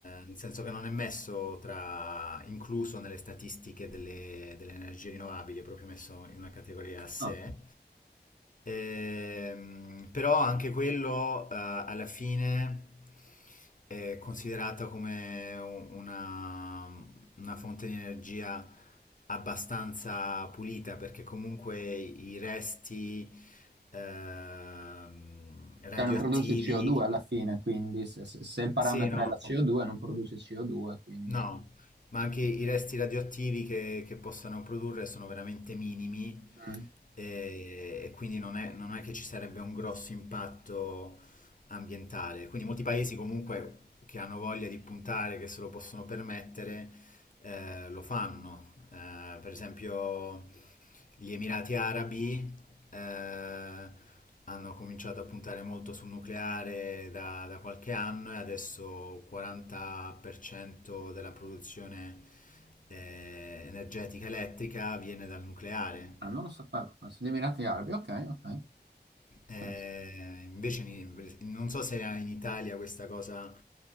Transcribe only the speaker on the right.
No.
Cioè non produce CO2 alla fine, quindi se, se- se il parametro
è la CO2 non produce CO2, quindi...
Mm.
Ah, non lo sapevo, questo. Gli Emirati Arabi, ok, ok.
Interessante.